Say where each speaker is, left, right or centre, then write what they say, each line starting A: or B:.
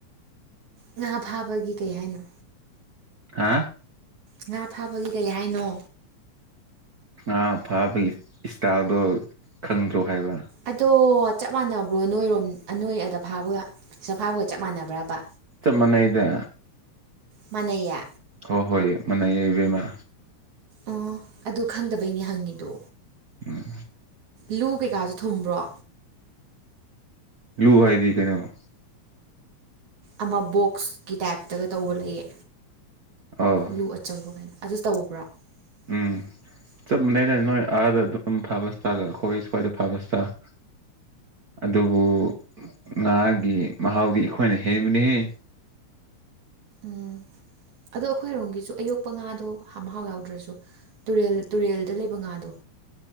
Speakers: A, on the right; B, on the right.
A: ꯉꯥ ꯐꯥꯕꯒꯤ ꯀꯩ ꯍꯥꯏꯅꯣ
B: ꯍꯥ
A: ꯉꯥ ꯐꯥꯕꯒꯤ ꯀꯩ ꯍꯥꯏꯅꯣ
B: ꯉꯥ ꯐꯥꯕꯒꯤ ꯏꯁꯇꯥꯜꯗꯣ ꯈꯪꯗ꯭ꯔꯣ ꯍꯥꯏꯕ
A: ꯑꯗꯣ ꯆꯞ ꯃꯥꯟꯅꯕ꯭ꯔꯣ ꯅꯣꯏꯔꯣꯝ ꯅꯣꯏ ꯑꯗ ꯐꯥꯕꯒ ꯁꯤꯗ ꯐꯥꯕꯒ ꯆꯞ ꯃꯥꯟꯅꯕ꯭ꯔꯕ
B: ꯆꯞ ꯃꯅꯩꯅꯦ
A: ꯃꯅꯩꯌꯦ
B: ꯍꯣ ꯍꯣꯏ ꯃꯅꯩꯌꯦ ꯏꯕꯦꯝꯃ
A: ꯑꯣ ꯑꯗꯨ ꯈꯪꯗꯕꯩꯅꯦ ꯍꯪꯉꯤꯗꯣ
B: ꯎꯝ
A: ꯂꯨ ꯀꯩꯀꯥꯁꯨ ꯊꯨꯝꯕ꯭ꯔꯣ
B: ꯂꯨ ꯍꯥꯏꯗꯤ ꯀꯩꯅꯣ
A: ꯑꯃ ꯕꯣꯛꯁꯀꯤ ꯇꯥꯏꯞꯇꯒ ꯇꯧꯕ ꯂꯩꯌꯦ
B: ꯑꯣ
A: ꯂꯨ ꯑꯆꯧꯕ ꯀꯥꯏꯅ ꯑꯗꯨ ꯇꯧꯕ꯭ꯔꯥ <inaudible>
B: ꯎꯝ ꯆꯞ ꯃꯥꯟꯅꯩꯅꯦ ꯅꯣꯏ ꯑꯥꯗ ꯑꯗꯨꯝ ꯐꯥꯕ ꯏꯁꯇꯥꯜ ꯑꯩꯈꯣꯏ ꯁ꯭ꯋꯥꯏꯗ ꯐꯥꯕ ꯏꯁꯇꯥꯜ ꯑꯗꯨꯕꯨ ꯉꯥꯒꯤ ꯃꯍꯥꯎꯗꯤ ꯑꯩꯈꯣꯏꯅ ꯍꯦꯟꯕꯅꯤꯍꯦ
A: ꯎꯝ ꯑꯗꯣ ꯑꯩꯈꯣꯏꯔꯣꯝꯒꯤꯁꯨ ꯑꯌꯣꯛꯄ ꯉꯥꯗꯣ ꯍꯥ ꯃꯍꯥꯎ ꯌꯥꯎꯗ꯭ꯔꯁꯨ ꯇꯨꯔꯦꯜ ꯇꯨꯔꯦꯜꯗ ꯂꯩꯕ ꯉꯥꯗꯣ